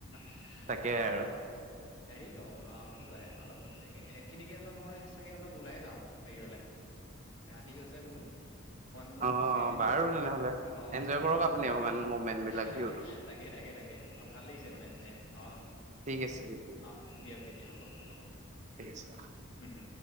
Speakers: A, on the left; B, on the right.
A: <inaudible>
B: তাকেহে
A: অ।
B: আৰু
A: হেৰি কওঁ অ', কি কয় অলপ এখিনিকে অলপ মই চাগে অলপ ওলাই যাওঁ হেৰিয়লে। ৰাতি হৈছে বোলো, অকণ বোলো
B: অ
A: খোজ কাঢ়ি মেলি।
B: বাৰু তেনেহ'লে
A: অ'
B: এনজয় কৰক আপুনি অকমান মুভমেন্ট
A: <inaudible>
B: বিলাক ভিউটো
A: তাকে-তাকে। তাকে অ', ভাল লাগিছে মানে চায় অ'।
B: ঠিক আছে দিয়া।
A: অ দিয়ক তেতিয়া হ'ব, হ'ব।
B: ঠিক
A: উম
B: আছে অ।
A: উম উম